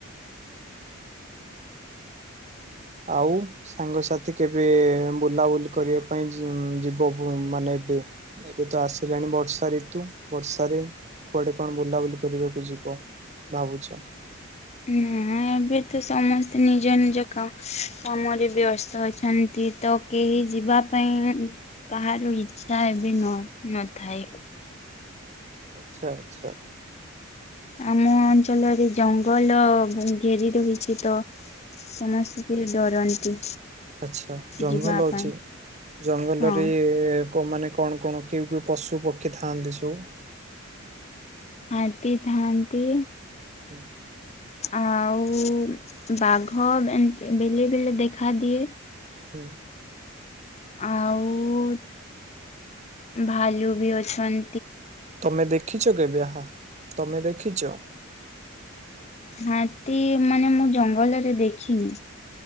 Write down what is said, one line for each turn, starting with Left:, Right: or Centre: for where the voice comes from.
Left: <inaudible>
Right: ଆଉ ସାଙ୍ଗସାଥି କେବେ ବୁଲାବୁଲି କରିବା ପାଇଁ ଯି- ଯିବ ବ ମାନେ ଏବେ, ଏବେ ତ ଆସିଲାଣି ବର୍ଷା ଋତୁ ବର୍ଷାରେ କୁଆଡେ କଣ ବୁଲାବୁଲି କରିବାକୁ ଯିବ ଭାବୁଚ?
Left: ନା। ଏବେ ତ ସମସ୍ତେ ନିଜ ନିଜ କା କାମରେ ବ୍ୟସ୍ତ ଅଛନ୍ତି ତ କେହି ଯିବା ପାଇଁ କାହାର ଇଚ୍ଛା ଏବେ ନୁହ ନଥାଏ।
Right: ଆଚଛା ଆଚଛା।
Left: ଆମ ଅଞ୍ଚଳରେ ଜଙ୍ଗଲ ଘ ଘେରି ରହିଚି ତ ସମସ୍ତେ ଟିଏ ଡରନ୍ତି।
Right: ଆଛା ଜଙ୍ଗଲ
Left: ଯିବା ପାଇଁ
Right: ଅଛି ଜଙ୍ଗଲରେ
Left: ହଁ।
Right: ମାନେ କଣ କଣ କେଉ କେଉ ପଶୁ ପକ୍ଷୀ ଥାଆନ୍ତି ସବୁ?
Left: ହାତୀ ଥାଆନ୍ତି।
Right: ହୁଁ।
Left: ଆଉ ବାଘ ଏମ୍ ବେଲେ ବେଲେ ଦେଖା ଦିଏ।
Right: ହୁଁ।
Left: ଆଉ ଭାଲୁ ବି ଅଛନ୍
Right: ତମେ ଦେଖିଛ କେବେ ହା ତମେ ଦେଖିଚ?
Left: ହାତୀ ମାନେ ମୁଁ ଜଙ୍ଗଲରେ ଦେଖିନି।